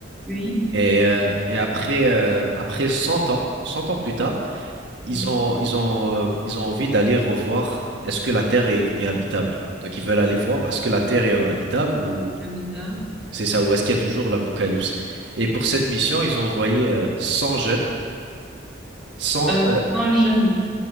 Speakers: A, in the centre; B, on the right.
A: oui,
B: Et, euh, et après, euh, après 100 ans, 100 ans plus tard, ils
A: oui.
B: ont, ils ont, euh, ils ont envie d'aller revoir est-ce que la Terre est, est habitable. Donc ils veulent aller voir est-ce que la Terre est habitable ou
A: C'est bizarre.
B: c'est ça, ou est-ce qu'il y a toujours l'apocalypse. Et pour cette mission, ils ont envoyé euh, 100 jeunes, 100,
A: Euh,
B: euh,
A: 100 jeunes.